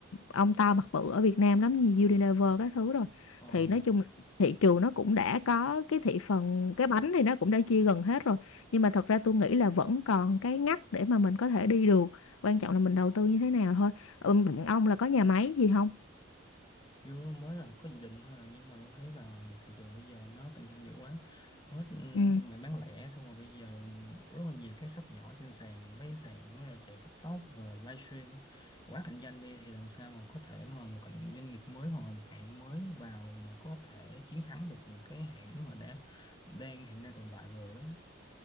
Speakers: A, on the left; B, on the left.
A: ông to mặt bự ở Việt Nam lắm như Unilever các thứ rồi
B: Ờ,
A: thì nói chung là thị trường nó cũng đã có cái thị phần cái bánh thì nó cũng đã chia gần hết rồi nhưng mà thật ra tôi nghĩ là vẫn còn cái ngách để mà mình có thể đi được quan trọng là mình đầu tư như thế nào thôi ừ, bạn ông là có nhà máy gì không
B: chưa mới làm có dự định thôi à, nhưng mà tôi thấy là thị trường bây giờ nó cạnh tranh dữ quá hết ừ,
A: Ừ.
B: mày bán lẻ xong rồi bây giờ rất là nhiều các shop nhỏ trên sàn mấy cái sàn nó rồi chạy TikTok rồi livestream quá cạnh tranh đi thì làm sao mà có thể mà một cạnh doanh nghiệp mới hoặc một cái hãng mới vào mà có thể chiến thắng được những cái hãng mà đã đang hiện đang tồn tại rồi đó.